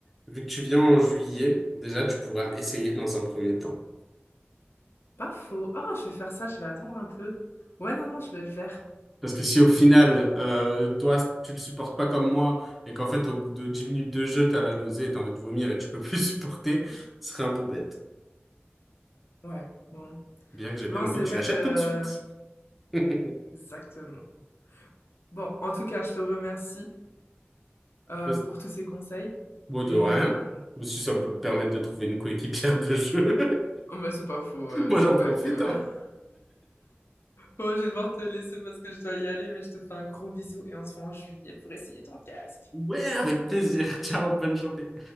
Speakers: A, in the centre; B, on the left (about 70°).
A: vu que tu viens en juillet, déjà, tu pourras essayer dans un premier temps.
B: Pas faux. Ah, je vais faire ça, je vais attendre un peu. Ouais, non, non, je vais le faire.
A: Parce que si au final, euh, toi, tu le supportes pas comme moi, et qu'en fait, au bout de 10 minutes de jeu, t'as la nausée et t'as envie de vomir et tu peux plus <laughs> supporter, ce serait un peu bête.
B: Ouais, bon.
A: Bien que j'ai bien
B: Non,
A: envie
B: c'est
A: que
B: vrai
A: tu l'achètes
B: que...
A: tout de suite. <laughs>
B: Exactement. Bon, en tout cas, je te remercie euh,
A: Parce-
B: pour tous ces conseils.
A: Bon, de
B: Et
A: rien.
B: euh...
A: Ou si ça peut me permettre de trouver une coéquipière de jeu.
B: oh, bah, c'est pas faux, euh,
A: Moi,
B: c'est
A: j'en
B: vrai
A: profite,
B: que...
A: hein.
B: <laughs> Bon, je vais devoir te laisser parce que je dois y aller, mais je te fais un gros bisou et on se voit en juillet pour essayer ton casque.
A: Ouais, avec plaisir. <laughs> Ciao, bonne journée.